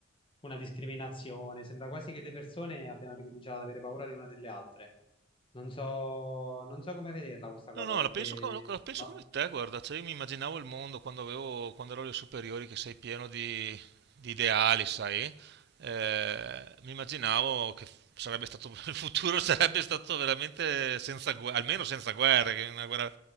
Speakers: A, on the left (about 25°); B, on the right (about 50°).
A: una discriminazione. Sembra quasi che le persone abbiano ricominciato ad avere paura le una delle altre. Non so, non so come vederla questa
B: No,
A: cosa
B: no,
A: perché...
B: la penso, co- la penso
A: Ma,
B: come te, guarda, cioè io mi immaginavo il mondo quando avevo, quando ero alle superiori, che sei pieno di, di ideali, sai? Eh, mi immaginavo che sarebbe stato, <laughs> il futuro sarebbe stato veramente senza guerra, almeno senza guerre, che una guerra,